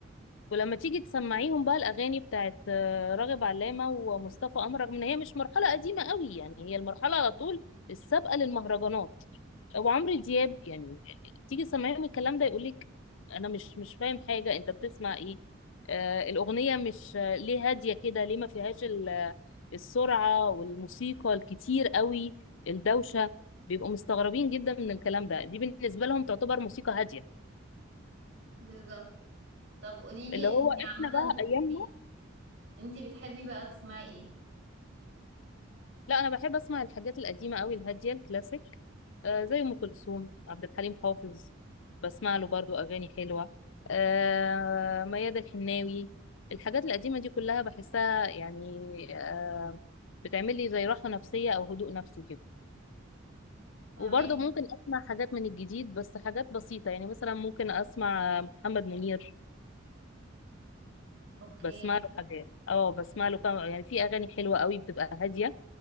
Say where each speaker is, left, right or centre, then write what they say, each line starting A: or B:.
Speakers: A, on the left; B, on the right.
A: ولما تيجي تسمعيهم بقى الاغاني بتاعت آه، راغب علامه ومصطفى قمر رغم ان هي مش مرحله قديمه قوي يعني هي المرحله على طول السابقه للمهرجانات وعمرو دياب يعني تيجي تسمعيهم الكلام ده يقولك انا مش مش فاهم حاجه انت بتسمع ايه آه الاغنيه مش آه، ليه هاديه كده ليه ما فيهاش ال- آه، السرعه والموسيقى الكتير قوي الدوشه بيبقوا مستغربين جدا من الكلام ده دي بالنسبه لهم تعتبر موسيقى هاديه
B: <laughs> بالظبط طب قوليلي
A: اللي هو
B: انتي
A: احنا
B: عامة
A: بقى
B: بتحبي
A: ايامنا
B: انتي بتحبي بقى تسمعي ايه؟
A: لا انا بحب اسمع الحاجات القديمه قوي الهاديه الكلاسيك آه زي ام كلثوم عبد الحليم حافظ بسمع له برضو اغاني حلوه آه ميادة الحناوي الحاجات القديمه دي كلها بحسها يعني آه بتعمل لي زي راحه نفسيه او هدوء نفسي كده
B: فاهمك
A: وبرضو ممكن اسمع حاجات من الجديد بس حاجات بسيطه يعني مثلا ممكن اسمع محمد منير
B: اوكي
A: بسمع له حاجات اه بسمع له كم يعني في اغاني حلوه قوي بتبقى هاديه